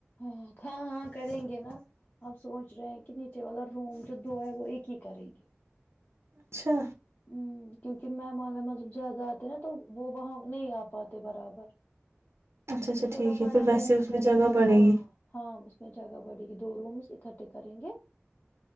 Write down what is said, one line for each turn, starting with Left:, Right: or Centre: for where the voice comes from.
Left: ہاں ہاں ہاں کریں گے نا ہم سوچ رہے ہیں کہ نیچے والا روم جو دو ہے وہ ایک ہی کریں گے <unintelligible>
Right: اچھا
Left: ہ کیونکہ مہمان وہمان سب زیادہ آتے ہیں نا تو وہ <unintelligible> وہاں نہیں آ پاتے برابر
Right: اچھا اچھا
Left: تو تھوڑا
Right: ٹھیک
Left: بڑا
Right: ہے پھر ویسے
Left: روم
Right: اس میں
Left: کریں
Right: جگہ
Left: گے
Right: پڑے
Left: ہاں
Right: گی
Left: ہاں اس میں جگہ بڑے گی دو رومس اکٹھے کریں گے